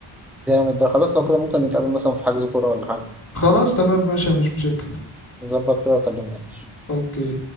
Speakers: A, in the centre; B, on the left (about 35°).
A: جامد ده خلاص لو كده ممكن نتقابل مثلا في حجز كورة ولا حاجة
B: خلاص تمام ماشي مفيش مشاكل
A: نظبط كده وكلمني
B: اوكي